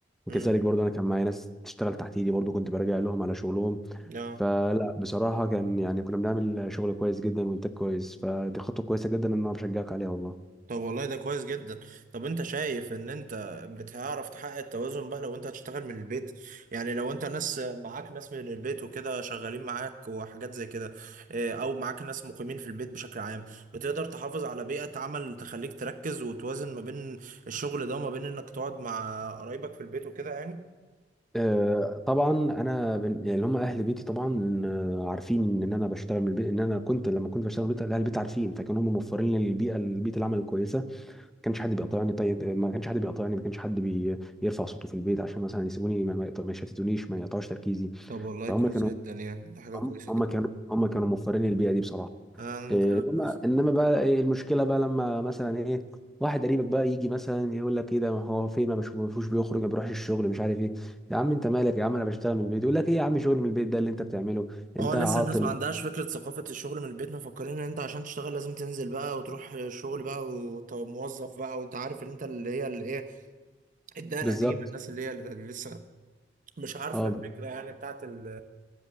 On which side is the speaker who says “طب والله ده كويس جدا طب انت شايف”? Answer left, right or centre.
Right